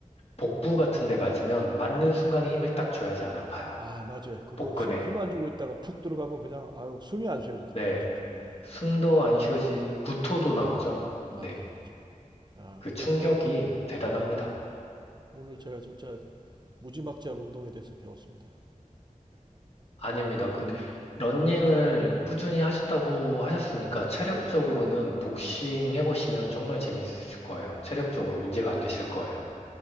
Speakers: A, on the left (about 50°); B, on the right (about 35°).
A: 복부 같은 데 맞으면 맞는 순간에 힘을 딱 줘야지 안 아파요.
B: 아, 맞아요. 그거
A: 복근에.
B: 힘, 힘 안 주고 있다가 푹 들어가면 그냥, 아유, 숨이 안 쉬어지더라고,
A: 네.
B: 진짜. 옛날에도
A: 숨도
B: 어디.
A: 안 쉬어지,
B: 음,
A: 구토도 나오죠.
B: 맞아요,
A: 네.
B: 맞아요. 아,
A: 그
B: 근데
A: 충격이
B: 오늘,
A: 대단합니다.
B: 예, 오늘 제가 진짜 무지막지한 운동에 대해서 배웠습니다.
A: 아닙니다. 근데 러닝을 꾸준히
B: 예,
A: 하셨다고 하셨으니까 체력적으로는
B: 네,
A: 복싱
B: 네.
A: 해보시면 정말 재미있으실 거예요.
B: 아,
A: 체력적으로
B: 그래.
A: 문제가 안 되실 거예요.